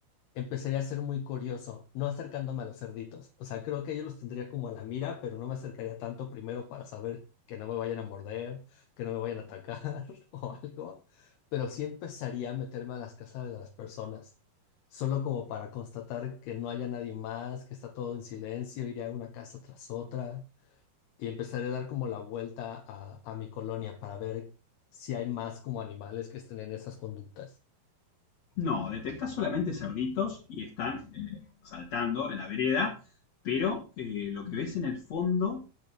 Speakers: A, on the left; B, on the left.
A: empezaría a ser muy curioso, no acercándome a los cerditos. O sea, creo que yo los tendría como a la mira, pero no me acercaría tanto primero para saber que no me vayan a morder, que no me vayan a atacar <laughs> o algo. Pero sí empezaría a meterme a las casas de las personas, solo como para constatar que no haya nadie más, que está todo en silencio, iría a una casa tras otra y empezaré a dar como la vuelta a, a mi colonia para ver si hay más como animales que estén en esas conductas,
B: No, detectás solamente cerditos y están eh, saltando en la vereda, pero eh, lo que ves en el fondo,